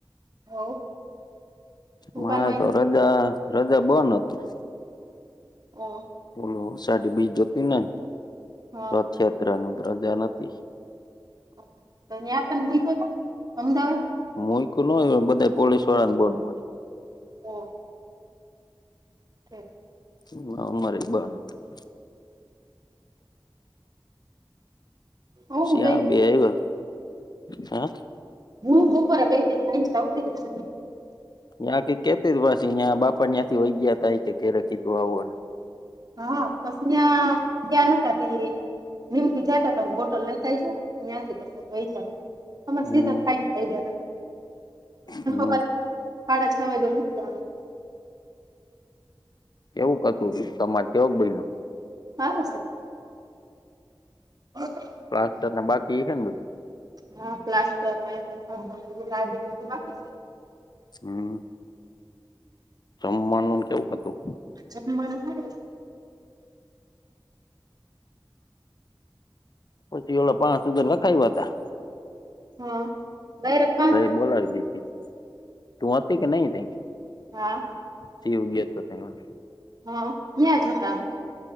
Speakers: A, on the right; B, on the left.
A: હોવ તું
B: મારે
A: કાનો આવ્યો
B: તો રજા રજા બન હતી
A: ઓ
B: ઓલો અષાઢી બીજ હતી ને
A: હા
B: રથયાત્રા ની રજા નથી
A: <unintelligible> મૂક્યું તો અમદાવાદ
B: મોયક નું હોય બધા પોલીસ વાળાને બોહ હોય.
A: હા કે
B: હમણાં અમારે બન હતું.
A: ઓ
B: પછી
A: હું ગઈ
B: બે વાત હા
A: હું બપોરે ગઈ તી સાંજે આવતી રહી
B: યાં કે કેતી જ ભસેયાં બાપા ને યાંથી વઈ ગયા તાય કે ઘેરે કીધું આવુંને
A: હા પસ ત્યાં ગયા નથી થી નિમકી જતા તો હ બોટલ લેતા જાઉ ત્યાંથી પછી ઈજા તમાર
B: હમ
A: સીધ થાય જાય
B: હમ
A: <unintelligible> સાડા છ વાગે મૂકવાનું
B: એવું કતું ત તમારે તેવક બાઈને.
A: હા હશે. હા.
B: પ્લાસ્ટર ના બાકી છે ને બધું.
A: હા પ્લાસ્ટર લ ખલ બ લા દે તું બાકી સ <unintelligible>
B: હમ. જમવાનું કેવું હતું.
A: જબર <unintelligible>
B: પછી ઓલા પાંચ હજર લખાવ્યા હતા.
A: હા ડાયરેક્ટ પાંચ
B: અરે બોલાવી દી હતી તું હતી કે નહી ત
A: હા.
B: સી હ ઉગી એત તના
A: હ ત્યાં જોતામે